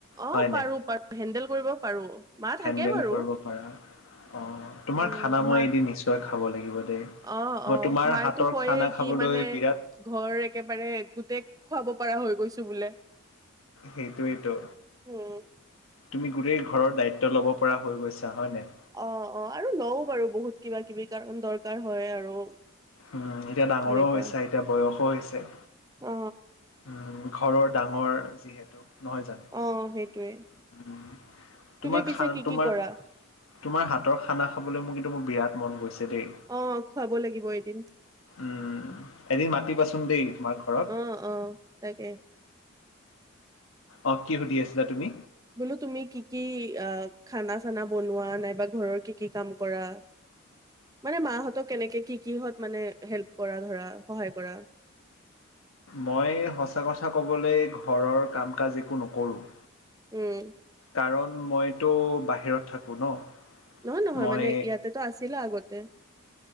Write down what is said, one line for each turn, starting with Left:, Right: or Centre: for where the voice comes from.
Right: অ।
Left: হয়
Right: পাৰো
Left: নাই?
Right: পাৰো হেন্দেল কৰিব পাৰো। মা থাকে
Left: হেণ্ডেল
Right: বাৰু
Left: কৰিব পাৰা অঁ, তোমাৰ
Right: উম,
Left: খানা
Right: মা
Left: মই এদিন নিশ্চয় খাব লাগিব দেই।
Right: অ-
Left: মই
Right: অ
Left: তোমাৰ
Right: মায়
Left: হাতৰ
Right: তো কয়ে
Left: খানা খাবলৈ
Right: কি মানে
Left: বিৰাট
Right: ঘৰ একেবাৰে গোটেই খুৱাব পাৰা হৈ গৈছো বোলে।
Left: সেইটোৱেইেতো।
Right: উম,
Left: তুমি গোটেই ঘৰৰ দায়িত্ব ল'ব পৰা হৈ গৈছা হয় নাই?
Right: অ-অ আৰু লও বাৰু বহুত কিবা-কিবি কাৰণ দৰকাৰ হয় আৰু।
Left: অ এতিয়া ডাঙৰো
Right: সেনেকুৱা।
Left: হৈছে এতিয়া বয়সো হৈছে।
Right: অ,
Left: অ, ঘৰৰ ডাঙৰ যিহেতু। নহয় জানো?
Right: অ', সেইটোৱে তুমি
Left: তোমাৰ
Right: পিছে
Left: খানা
Right: কি কি
Left: তোমাৰ
Right: কৰা?
Left: তোমাৰ হাতৰ খানা খাবলৈ মোৰ কিন্তু মোৰ বিৰাট মন গৈছে দেই।
Right: অ, খুৱাব লাগিব এদিন।
Left: উম, এদিন মাতিবাচোন দেই তোমাৰ ঘৰত।
Right: অ-অ তাকে।
Left: অঁ, কি সুধি আছিলা তুমি?
Right: বোলো তুমি কি কি আ, খানা চানা বনোৱা নাইবা ঘৰৰ কি কি কাম কৰা? মানে মাহঁতক কেনেকে কি কিহত মানে হেল্প কৰা ধৰা সহায় কৰা
Left: মই সঁচা কথা ক'বলে ঘৰৰ কাম কাজ একো নকৰোঁ
Right: উম
Left: কাৰণ মইতো বাহিৰত থাকোঁ ন
Right: নহয় নহয়
Left: মই
Right: মানে ইয়াতেতো আছিলা আগতে